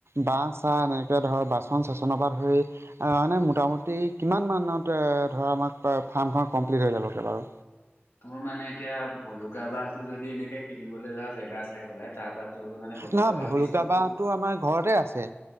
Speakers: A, on the right; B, on the left.
A: বাহ- চাহ এনেকে ধৰ বাচন চাচন পা ধৰি আহ মানে মোটামুটি কিমান মানতে ধৰা আমাক ফাৰ্মখন কমপ্লিট হৈ যাবগে বাৰু?
B: তোৰ মানে এতিয়া ভলুকা বাহটো যদি এনেকে কিনিবলৈ জাৱ জেগা আছে চাই পেলাই তাৰ পৰা তোৰ মানে ভলুকা
A: নহয়
B: বাঁহ পিছটোতো
A: বাঁহটো আমাৰ ঘৰতে আছে